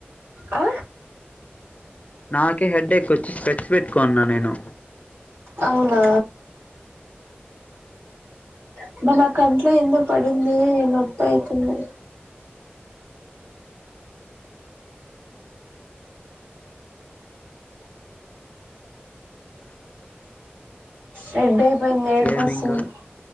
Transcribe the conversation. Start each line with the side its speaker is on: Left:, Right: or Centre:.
Right: ఆ
Left: నాకే హెడ్ ఎక్ వచ్చి స్పెడ్స్ పెట్టుకొని ఉన్న నేను
Right: అవునా అబ్బా నా కంట్లో ఎందొ పడింది నొప్పయితుంది. రెడ్ అయిపోయింది ఏడుపొస్తుంది.
Left: ఏమింగా